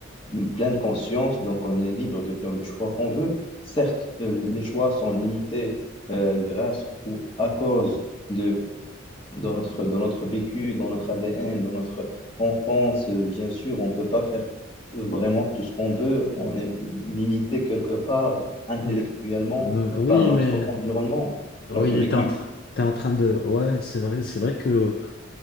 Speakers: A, on the left (about 30°); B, on the left (about 50°).
A: hum, pleine conscience, donc on est libre de faire le choix qu'on veut. Certes, euh, les choix sont limités euh, grâce ou à cause de dans notre, dans notre vécu, dans notre ADN, dans notre enfance, euh, bien sûr, on ne peut pas faire vraiment tout ce qu'on veut, on est limité quelque part intellectuellement
B: Mais mm, oui,
A: par notre
B: mais
A: environnement,
B: oui,
A: notre vécu.
B: t'es en train, t'es en train de. Ouais, c'est vrai, c'est vrai que.